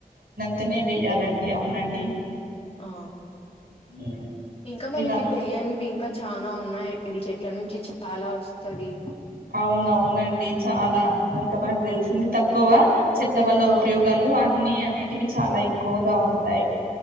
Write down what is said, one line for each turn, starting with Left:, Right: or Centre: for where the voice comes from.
Right: తేనే వేయాలండి అవునండి
Left: ఆ
Right: హ్మ్.
Left: ఇంకా మనకి
Right: ఇలా
Left: తెలియనివి ఇంకా చనా ఉన్నాయం అవి చెట్ల నుంచి చాలా వస్తది
Right: అవునవునండి చాలా ఇంకా మనకు తెలిసింది తక్కువ చెట్ల వల్ల
Left: ఆ
Right: ఉపయోగాలు అన్నిీ అనేటివి చాలా ఎక్కువగా ఉంటాయి